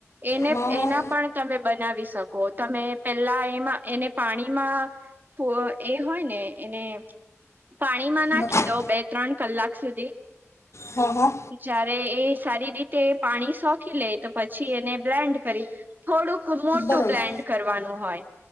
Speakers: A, on the right (about 40°); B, on the left (about 60°).
A: એને
B: હા હા
A: એના પણ. તમે બનાવી શકો તમે પેલા એમાં એને પાણીમાં, પ એ હોય ને એને, પાણીમાં નાખી
B: મત-
A: દો બે- ત્રણ કલાક સુધી,
B: હા, હા.
A: જયારે એ સારી રીતે પાણી સોકી લે તો પછી એને બ્લેન્ડ કરી થોડુંક. મોટું
B: બરોબર
A: બ્લેન્ડ કરવાનું હોય.